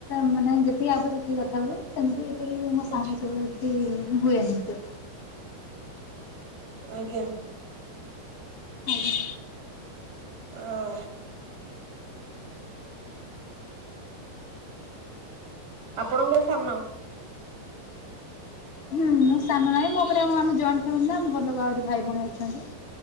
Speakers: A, on the left (about 40°); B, on the right (about 50°).
A: ମତେ <unintelligible> ଯେତିକି ଆବ ସେତିକି କଥା ହୁଏ। ତ ମୁଁ ବି ଏତେ ମୋ ସାଙ୍ଗସତୀ
B: ଆଚ୍ଛା
A: ମୁଁ ହୁଏନି ଏତେ।
B: ଆଜ୍ଞା।
A: ଆଜ୍ଞା।
B: ଆଁ ଆପଣ କଁ ସାନ?
A: ହୁଁ ମୁଁ ସାନ ନାଇଁ ମୋ ପରେ ହଁ ଆମ ଜଏଣ୍ଟ ଫ୍ୟାମିଲି ନା ମୋ ଭଲଗା ଆଉରି ଭାଇ ଭଉଣୀ ଅଛନ୍ତି।